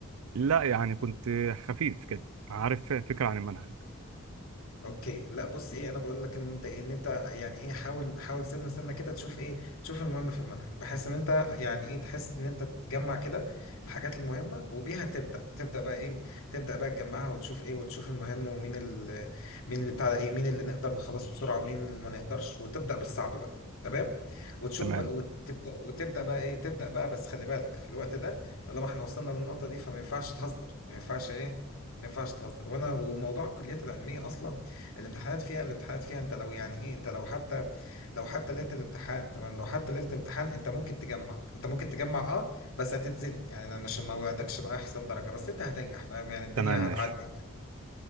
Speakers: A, on the right (about 80°); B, on the left (about 80°).
A: لا يعني كنت خفيف كده عارف فكره عن المنهج
B: اوكي لا بص ايه انا بقول لك ان انت ان انت يعني ايه حاول حاول سنه سنه كده تشوف ايه تشوف المهم في المنهج بحيث ان انت يعني ايه تحس ان انت تجمع كده الحاجات المهمه وبيها تبدا تبدا بقى ايه تبدا بقى تجمعها وتشوف ايه وتشوف المهم ومين ال مين اللي بتاع ده ايه مين اللي نقدر نخلصه بسرعه ومين اللي ما نقدرش وتبدا بالصعب بقى تمام وتشوف
A: تمام
B: بقى وتبدا وتبدا بقى ايه تبدا بقى بس خلي بالك في الوقت ده طالما احنا وصلنا للنقطه دي فما ينفعش تهزر ما ينفعش ايه ما ينفعش تهزر وانا وموضوع الكليات العلميه اصلا الامتحانات فيها الامتحانات فيها انت لو يعني ايه انت لو حتى لو حتى ليله الامتحان تمام لو حتى ليله الامتحان انت ممكن تجمع انت ممكن تجمع اه بس هتتزنق يعني انا مش ما وعدكش باحسن درجه بس انت هتنجح فاهم يعني الدنيا
A: تمام ماشي
B: هتعدي